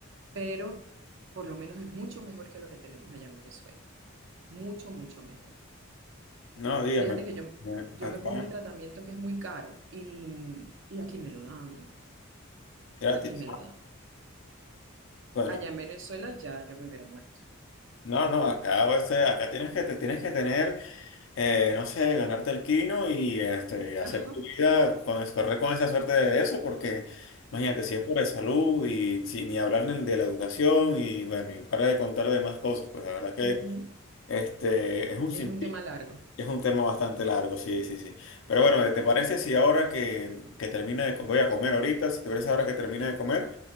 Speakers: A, on the right (about 60°); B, on the left (about 60°).
A: pero por lo menos es mucho mejor que lo que tenemos allá en Venezuela. Mucho, mucho mejor.
B: No, dígame,
A: Fíjate que yo,
B: eh,
A: yo
B: acá
A: me pongo un tratamiento que es muy caro y, y aquí me lo dan,
B: gratis.
A: aquí me lo dan.
B: Bueno,
A: Allá en Venezuela ya yo me hubiera muerto.
B: no, no, acá, a veces- acá tienes que, te tienes que tener, eh, no sé, ganarte el quino y este, hacer
A: Ajá.
B: tu vida, con, es- correr con esa suerte de eso, porque imagínate, si es por la salud y si, ni hablar ni de la educación y bueno, y para de contar de más cosas, pues la verdad que
A: ujú.
B: este, es un
A: Es
B: sinfín,
A: un tema largo.
B: es un tema bastante largo, sí, sí, sí. Pero bueno, ¿te parece si ahora que, que termina de, co- voy a comer ahorita, si te parece ahora que termina de comer?